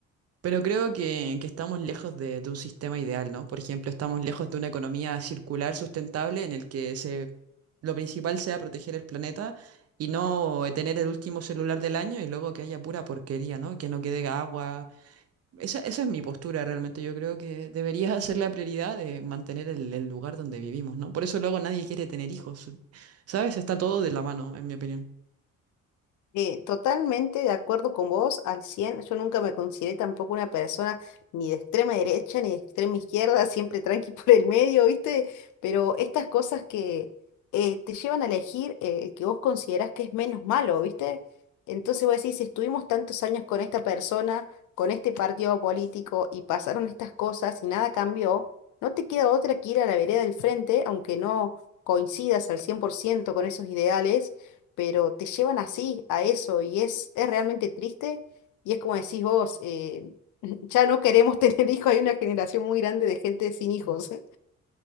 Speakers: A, on the right; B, on the left.
A: Pero creo que, que estamos lejos de, de un sistema ideal, ¿no? Por ejemplo, estamos lejos de una economía circular sustentable en el que se, lo principal sea proteger el planeta y no tener el último celular del año y luego que haya pura porquería, ¿no? Que no quede agua, esa, esa es mi postura realmente. Yo creo que deberías hacer la prioridad de mantener el, el lugar donde vivimos, ¿no? Por eso luego nadie quiere tener hijos, ¿sabes? Está todo de la mano, en mi opinión.
B: Eh, totalmente de acuerdo con vos, al cien Yo nunca me consideré tampoco una persona ni de extrema derecha ni de extrema izquierda, siempre tranqui <laughs> por el medio, ¿viste? Pero estas cosas que eh, te llevan a elegir eh, el que vos considerás que es menos malo, ¿viste? Entonces vos decís, si estuvimos tantos años con esta persona, con este partido político y pasaron estas cosas y nada cambió, no te queda otra que ir a la vereda del frente, aunque no coincidas al 100% con esos ideales pero te llevan así, a eso, y es, es realmente triste, y es como decís vos, eh, <laughs> ya no queremos <laughs> tener hijos, hay una generación muy grande de gente sin hijos. <laughs>